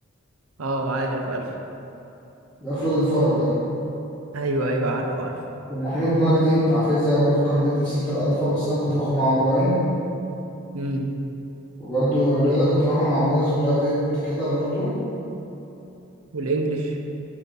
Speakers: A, on the right; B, in the centre.
A: اه عارف الف
B: الافراد الفرج ده
A: ايوه ايوه عارف عارف
B: ومحمود مجدي بتاع فيزياء برضو كان بيدي في سنتر الفا بس انا كنت باخد معاه اونلاين
A: امم
B: وبرضو الرياضه كنت باخد مع مدرس برايفت كده برضو
A: والانجليش